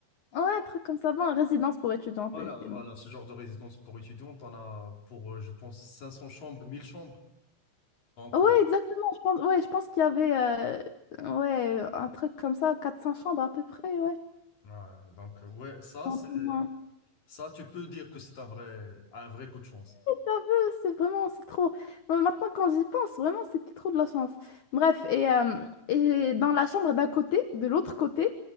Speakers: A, on the left; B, on the left.
A: Ouais, un truc comme ça, bon, résidence pour étudiantes,
B: Voilà,
A: et c'est
B: voilà,
A: bon.
B: ce genre de résidence pour étudiants, t'en as pour, euh, je pense, 500 chambres, 1000 chambres. Donc,
A: Ouais,
B: euh,
A: exactement. Je pense, ouais, je pense qu'il y avait euh, ouais, un truc comme ça, 400 chambres à peu près, ouais.
B: ouais, donc euh, ouais, ça,
A: Un
B: c'est,
A: peu moins.
B: ça, tu peux dire que c'est un vrai, un vrai coup de chance.
A: un peu, c'est vraiment, c'est trop. Bon, Maintenant, quand j'y pense, vraiment, c'était trop de la chance. Bref, et, euh, et dans la chambre d'un côté, de l'autre côté,